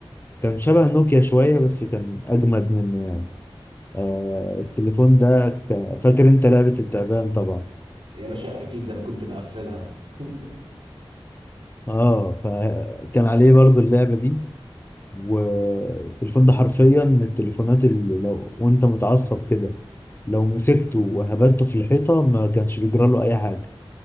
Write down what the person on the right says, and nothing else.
يا باشا اكيد ده انا كنت بقفلها <laughs>